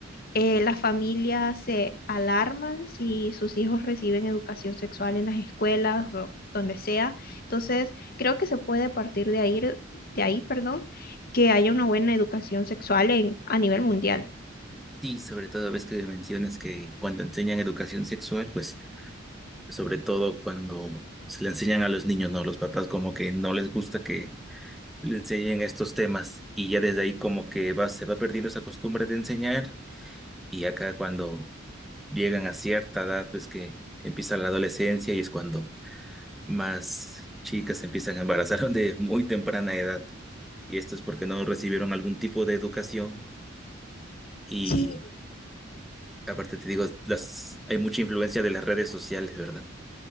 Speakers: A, on the left; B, in the centre.
A: Eh, las familias se alarman si sus hijos reciben educación sexual en las escuelas o donde sea. Entonces, creo que se puede partir de ahí, de ahí, perdón, que haya una buena educación sexual en, a nivel mundial.
B: Y sobre todo ves que mencionas que cuando enseñan educación sexual, pues sobre todo cuando se le enseñan a los niños, ¿no? Los papás como que no les gusta que le enseñen estos temas y ya desde ahí como que va, se va perdiendo esa costumbre de enseñar y acá cuando llegan a cierta edad, pues que empieza la adolescencia y es cuando Más chicas se empiezan a embarazar <laughs> de muy temprana edad. Y esto es porque no recibieron algún tipo de educación. Y
A: Sí,
B: aparte te digo, las, hay mucha influencia de las redes sociales, ¿verdad?